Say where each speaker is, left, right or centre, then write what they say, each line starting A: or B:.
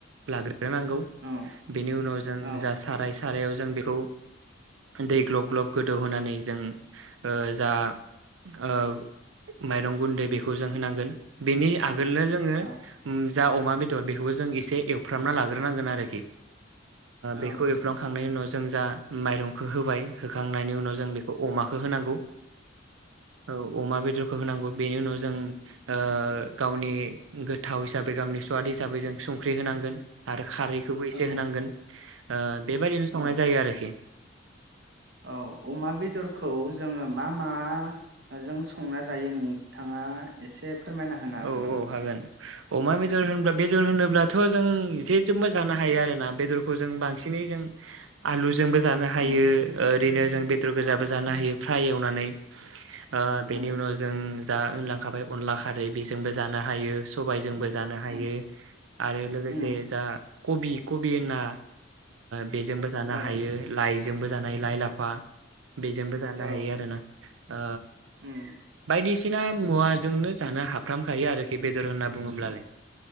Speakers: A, on the right (about 90°); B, on the right (about 65°).
A: लाग्रो नागौ
B: औ
A: बेनि उनाव जों
B: औ
A: साराय सारायाव जों बेखौ दै ग्लब ग्लब गोदौहोनानै जों ओ जा ओ माइरं गुन्दै बेखौ जों होनांगोन बेनि आगो‌ लनो जोङो
B: औ
A: जा अमा बेदर बेखौबो जों एसे एवफ्रामना लाग्रोनांगोन आरोखि।
B: औ
A: बेखौ एफ्रामखांनायनि उनाव जों जा माइरंखौ होबाय होखांनायनि उनाव जों बेखौ
B: दं
A: अमाखौ होनांगौ। औ अमा बे होनांगौ बेनि उनाव जों ओ गावनि गोथाव हिसाबै गावनि स्वाद हिसाबै जों संख्रि होनांगोन आरो खारैखौबो
B: औ
A: एसे होनांगोन आ बेबायदिनो संनाय
B: औ
A: जायो आरोखि।
B: औ अमा बेदरखौ जोङो मा मा? जों संना जायो नोंथाङा एसे फोरमायना होनो हागोन
A: औ
B: नामा?
A: औ हागोन अमा बेदर होनब्ला बेदर होनोब्लाथ' जों जे जोंबो जां जानो हायो आरोना। बेदरखौ जों बांसिनै जों आलु जोंबो जानो हायो
B: औ
A: ओरैनो जों बेदर गोजाबो
B: औ
A: जानो हायो। फ्राय एवनानै ओ
B: उम
A: बेनि उनाव जों दा होनलांखाबाय अनला खारै बे जोंबो जानो हायो सबायजोंबो जानो हायो
B: उम
A: आरो लोगोसे
B: उम
A: जा कबि-कबिना बेजोंबो जानो
B: औ
A: हायो लाइ जोंबो जानाय लाइ लाफा बेजोंबो जानो
B: औ
A: हायो आरो ना। ओ
B: उम
A: बायदिस सिना मुवाजोंनो जानो हाब फ्रामखायो आरोखि बेदर होनना बुङोब्लालाय।